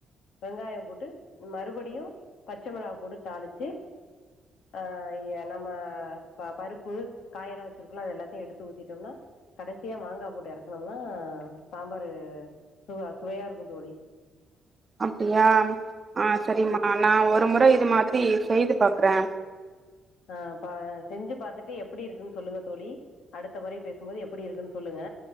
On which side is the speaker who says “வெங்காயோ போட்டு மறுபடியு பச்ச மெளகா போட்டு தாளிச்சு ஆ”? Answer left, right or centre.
Left